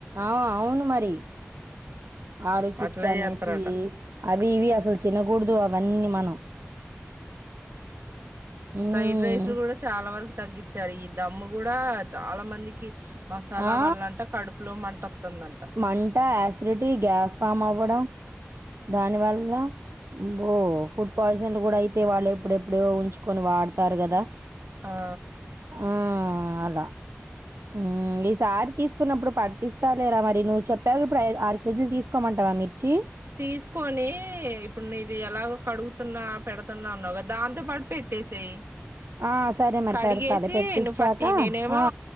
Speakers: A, on the right; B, on the right.
A: ఆ అవును మరి ఆలు చిప్స్
B: అట్లా
A: అనేసి
B: చేస్తారట
A: అవి ఇవి అసలు తినకూడదు అవన్నీ మనం ఉమ్
B: ఫ్రైడ్ రైస్లు కూడా చాలా వరకు తగ్గించారు ఈ దమ్ము కూడా చాలా మందికి మసాలా
A: ఆ
B: వడలంట కడుపులో మంట వస్తుందంట
A: మంట యాసిడిటీ గ్యాస్ ఫామ్ అవ్వడం దానివల్ల అబో ఫుడ్ పాయిజన్లు కూడా అయితే వాళ్ళు ఎప్పుడెప్పుడియో ఉంచుకొని వాడతారు కదా
B: ఆ
A: ఆ అల హ్మ్మ్ ఈసారి తీసుకున్నప్పుడు పట్టిస్తా లేరా మరి నువ్వు చెప్పాగా ఇప్పుడు ఆరు కేజీలు తీసుకోమంటా వా మిర్చి
B: తీసుకొని ఇప్పుడు నీది ఎలా కడుగుతున్నా పెడుతున్నా అన్నావు కదా దాంతో పాటు పెట్టేసేయి
A: ఆ సరే మరి
B: కడిగేసి
A: పెడతాలే పెట్టిచ్చాక
B: నువు పట్టి నేనేమో
A: ఆ